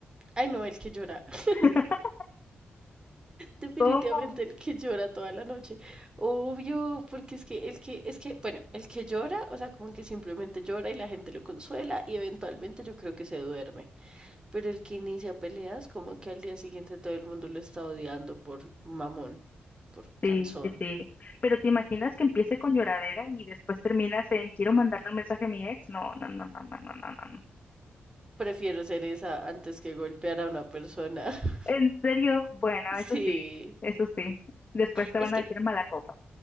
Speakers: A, on the right (about 20°); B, on the left (about 35°).
A: Ay, no, el que llora. <laughs>
B: <laughs>
A: Definitivamente
B: ¿Cómo?
A: el que llora toda la noche. Obvio, porque es que el que, es que, bueno, el que llora, o sea, como que simplemente llora y la gente lo consuela y eventualmente yo creo que se duerme. Pero el que inicia peleas, como que al día siguiente todo el mundo lo está odiando por mamón, por cansón.
B: Sí, sí, sí. Pero ¿te imaginas que empiece con lloradera y después terminas en quiero mandarle un mensaje a mi ex? No, no, no, no, no, no, no, no. <laughs> no.
A: Prefiero ser esa antes que golpear a una persona. <laughs>
B: En serio, bueno,
A: Sí.
B: eso sí, eso sí. Después te
A: Es
B: van
A: que
B: a decir mala copa.